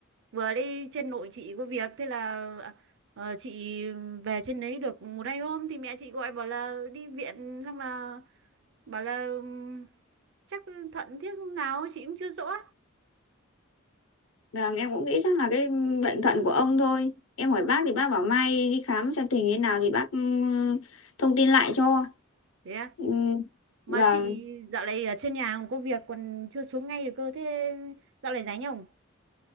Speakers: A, on the right; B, on the left.
A: vừa đi trên nội chị có việc, thế là ờ, chị về trên đấy được một hai hôm thì mẹ chị gọi bảo là đi viện xong là bảo là ừm, chắc Thuận thiết lúc nào chị cũng chưa rõ
B: Vâng, em cũng nghĩ chắc là cái bệnh thận của ông thôi. Em hỏi bác thì bác bảo mai đi khám xem tình hình thế nào thì bác ừ, thông tin lại cho.
A: thế à?
B: Ừ,
A: mà
B: vâng,
A: chị dạo này ở trên nhà còn có việc còn chưa xuống ngay được cơ thế dạo này rảnh không